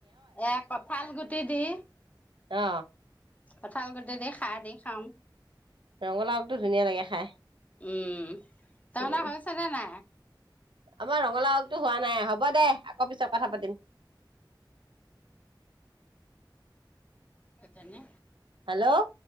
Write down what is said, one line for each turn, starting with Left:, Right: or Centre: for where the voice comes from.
Left: এহ কঁঠাল গুটি দি।
Right: অ
Left: কঁঠাল গোটি দি খাৰ দি খাওঁ।
Right: ৰঙালাওতো ধুনীয়া লাগে খাই।
Left: উম', তাৰমানে
Right: উম,
Left: হৈছে নে নাই?
Right: আমাৰ ৰঙালাওটো হোৱা নাই হ'ব দে আকৌ পিছত কথা পাতিম।
Left: এজানে
Right: হেল্ল',